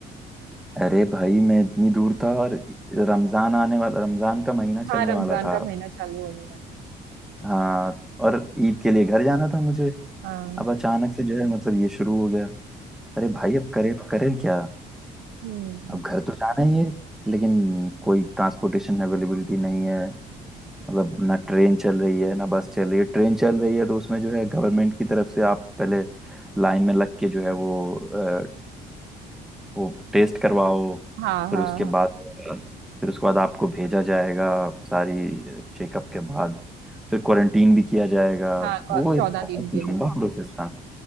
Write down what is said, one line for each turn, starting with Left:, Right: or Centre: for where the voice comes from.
Centre: अरे भाई मैं इतनी दूर था और रमजान आने वाला रमजान का महीना
Right: हाँ
Centre: चलने
Right: रमजान
Centre: वाला था
Right: का महीना चालू होने वाला है।
Centre: हाँ और ईद के लिए घर जाना था मुझे
Right: हाँ
Centre: अब अचानक से जो है मतलब ये शुरू हो गया अरे भाई अब करे तो करें क्या
Right: हम्म
Centre: अब घर तो जाना ही है लेकिन कोई ट्रांसपोर्टेशन अवेलेबिलिटी नहीं है मतलब ना ट्रेन चल रही है ना बस चल रही है ट्रेन चल रही है तो उसमें जो है गवर्नमेंट की तरफ से आप पहले लाइन में लग के जो है वो अ, वो टेस्ट करवाओ
Right: हाँ
Centre: फिर
Right: हाँ
Centre: उसके बाद फिर उसके बाद आपको भेजा जाएगा सारी चेकअप के बाद फिर क्वारंटीन भी किया जाएगा
Right: हाँ हाँ
Centre: वो
Right: चौदह
Centre: एक बहुत
Right: दिन के
Centre: लंबा
Right: लिए
Centre: प्रोसेस था